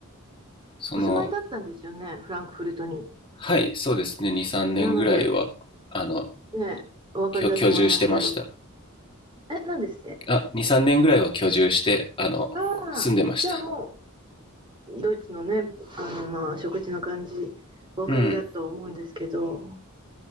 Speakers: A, on the left; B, on the right.
A: その、
B: お住まいだったんですよね、フランクフルトに。
A: はい、そうですね。2、3年ぐらいは、
B: なので、
A: あの、
B: ね、お分かりだと思いますけど。
A: 居、居住してました。
B: え、何ですって
A: あ、2、3年ぐらいは居住して、あの、
B: あ
A: 住んでました。
B: あ、じゃあもドイツのね、あの、まあ、食事の感じ、お分かりだと思うんですけど、
A: うん。